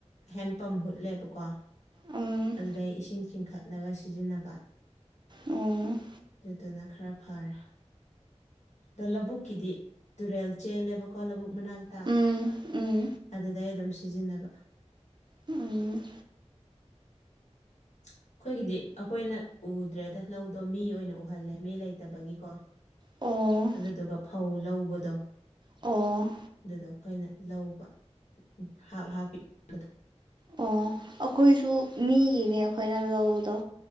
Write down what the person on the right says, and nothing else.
ꯎꯝ
ꯎꯝ
ꯎꯝ ꯎꯝ
ꯎꯝ
ꯑꯣ
ꯑꯣ
ꯑꯣ ꯑꯩꯈꯣꯏꯁꯨ ꯃꯤ ꯑꯩꯈꯣꯏꯅ ꯂꯧꯗꯣ